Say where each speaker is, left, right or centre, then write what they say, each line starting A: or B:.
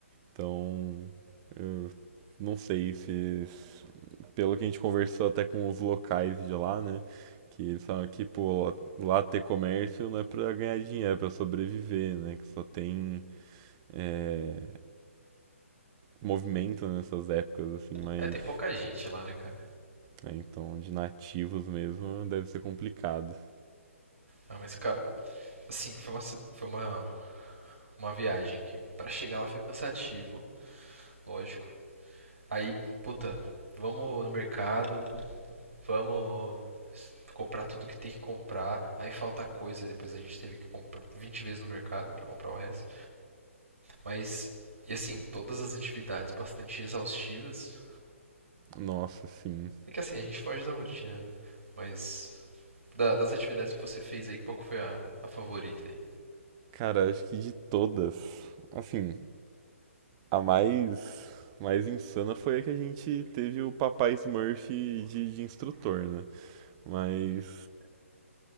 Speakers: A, on the right; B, on the right.
A: Então, eu não sei se, pelo que a gente conversou até com os locais de lá, né? Que eles falam que, pô, lá lá ter comércio não é pra ganhar dinheiro, é pra sobreviver, né? Que só tem eh, movimento nessas épocas, assim, mas.
B: É, tem pouca gente lá, né, cara?
A: é, então, de nativos mesmo deve ser complicado.
B: Ah, mas cara, assim, foi uma, ci- foi uma, uma viagem que pra chegar lá foi cansativo, lógico. Aí, puta, vamos no mercado, vamos s- comprar tudo que tem que comprar. Aí falta coisa, depois a gente teve que comprar 20 vezes no mercado pra comprar o resto. Mas, e assim, todas as atividades bastante exaustivas.
A: Nossa, sim.
B: É que assim, a gente foge da rotina, né? Mas, da- das atividades que você fez aí, qual que foi a, a favorita aí?
A: Cara, acho que de todas. Assim, A mais, mais insana foi a que a gente teve o papai Smurf de, de instrutor, né? Mas,